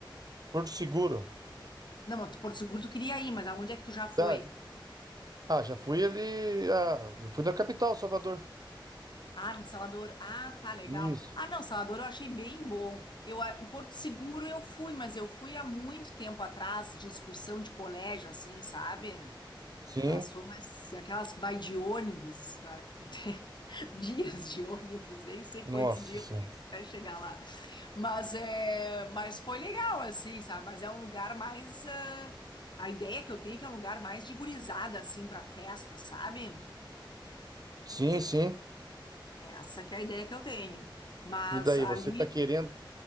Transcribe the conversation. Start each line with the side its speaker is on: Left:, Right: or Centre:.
Right: Porto Seguro.
Left: Não, mas tu- Porto Seguro tu queria ir, mas aonde é que tu já foi?
Right: Tá, Ah, já fui ali. Ah, já fui na capital, Salvador.
Left: Ah, no Salvador. Ah, tá legal.
Right: Isso.
Left: Ah, não, Salvador eu achei bem bom. Eu, a- em Porto Seguro eu fui, mas eu fui há muito tempo atrás, de excursão de colégio, assim, sabe?
Right: Sim.
Left: As formas, aquelas que vai de ônibus, vai ter <laughs> dias de ônibus, nem sei
Right: Nossa
Left: quantos dias
Right: Senhora.
Left: eu fui até chegar lá. Mas é, mas foi legal assim, sabe? Mas é um lugar mais ah, a ideia que eu tenho é que é um lugar mais de gurizada assim para festa, sabe?
Right: Sim, sim.
Left: Essa que é a ideia que eu tenho. Mas
Right: E daí,
Left: ali
Right: você tá querendo.